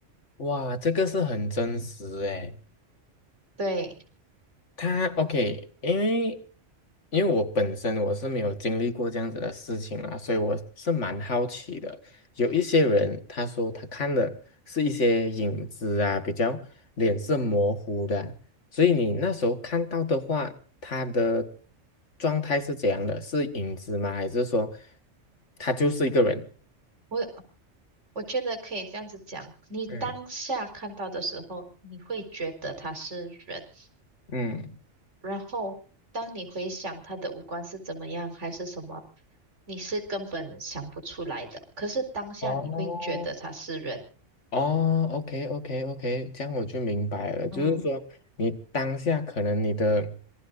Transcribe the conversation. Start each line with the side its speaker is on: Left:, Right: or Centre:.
Left: 哇，这个是很真实诶。
Right: 对，
Left: 他 OK，因为因为我本身我是没有经历过这样子的事情啦，所以我是蛮好奇的。有一些人他说他看的是一些影子啊，比较脸色模糊的啊所以你那时候看到的话，他的状态是怎样的？是影子吗？还是说他就是一个人？
Right: 我我觉得可以这样子讲，你当下看到的时候，
Left: 嗯
Right: 你会觉得他是人，
Left: 嗯
Right: 然后当你回想他的五官是怎么样，还是什么，你是根本想不出来的。可是当下你会觉得他是人。
Left: 哦，哦，OK，OK，OK，这样我就明白了。就是说，
Right: 嗯
Left: 你当下可能你的